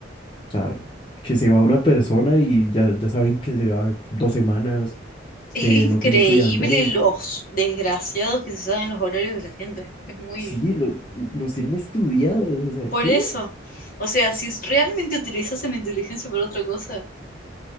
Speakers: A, on the left; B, on the left.
A: O sea, que se va una persona y ya, ya saben que se va dos semanas,
B: Es
A: que
B: increíble
A: no tiene cuidandero. Y
B: los desgraciados que se saben los horarios de la gente. Es muy...
A: sí, lo- los tienen estudiados. O sea,
B: Por
A: ¿qué?
B: eso. O sea, si realmente utilizasen la inteligencia para otra cosa.